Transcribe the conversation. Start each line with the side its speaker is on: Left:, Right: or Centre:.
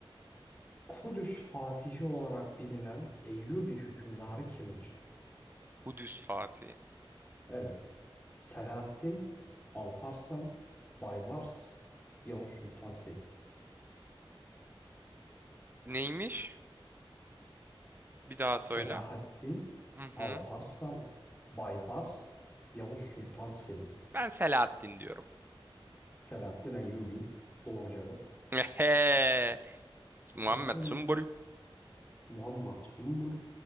Left: Kudüs Fatihi olarak bilinen Eyyubi hükümdarı kimdir?
Right: Kudüs Fatih.
Left: Evet. Selahaddin, Alparslan, Baybars, Yavuz Sultan Selim.
Right: Neymiş? Bir daha
Left: Selahaddin,
Right: söyle. Hı hı.
Left: Alparslan, Baybars, Yavuz Sultan Selim.
Right: Ben Selahattin diyorum.
Left: Selahaddin Eyyubi. Doğru cevap.
Right: <laughs> Ehe. Muhammed
Left: <laughs> Ehe,
Right: Sümbül.
Left: Muhammed Zumbul.